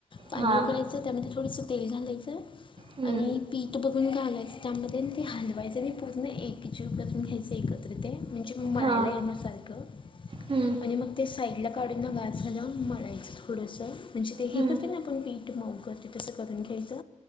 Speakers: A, on the left; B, on the right.
A: पाणी
B: हा
A: उकळायचं त्यामध्ये थोडसं तेल घालायचं,
B: हम्म
A: आणि पीठ बघून घालायचं, त्यामध्ये आणि ते हलवायचं आणि पूर्ण एकजीव करून घ्यायचं एकत्रित ते, म्हणजे मग म्हळायला
B: हा
A: येण्यासारखं.
B: हम्म
A: आणि मग ते साईडला काढून ना गार झाल्यावर मळायचं थोडस. म्हणजे ते
B: हम्म
A: हेच तेन आपण पिठं मळतो, तसं करून करून घ्यायचं.